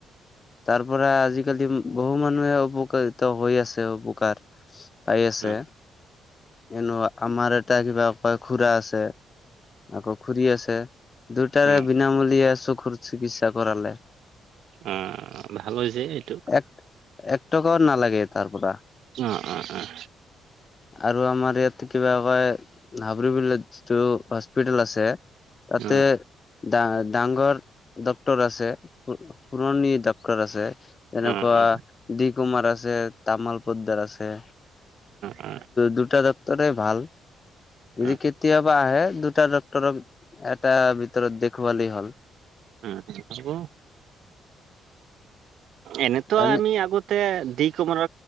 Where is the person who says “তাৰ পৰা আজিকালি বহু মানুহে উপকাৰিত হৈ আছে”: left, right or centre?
Left